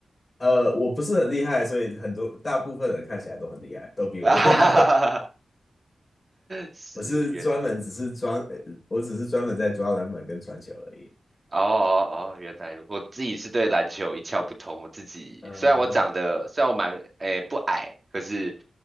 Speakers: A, on the left; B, on the right.
A: 呃，我不是很厉害，所以很多大部分人看起来都很厉害，都比我厉害。
B: <laughs> 啊，哈哈哈哈哈，
A: <laughs>
B: 是，
A: 我是专门只是专，
B: 原来。
A: 呃我只是专门在抓篮板跟传球而已。
B: 哦哦哦，原来如我自己是对篮球一窍不通。我自己虽然我长得虽然我蛮诶不矮，
A: 嗯，
B: 可是